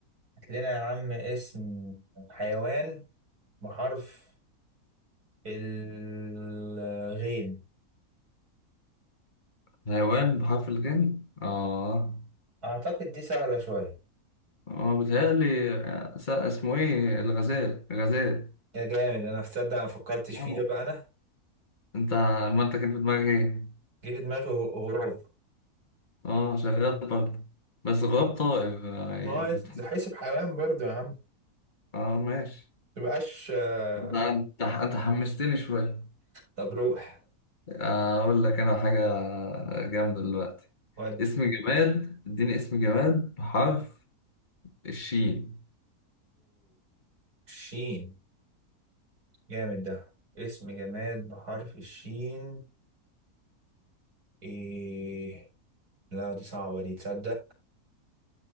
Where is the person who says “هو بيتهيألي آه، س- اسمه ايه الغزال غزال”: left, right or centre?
Left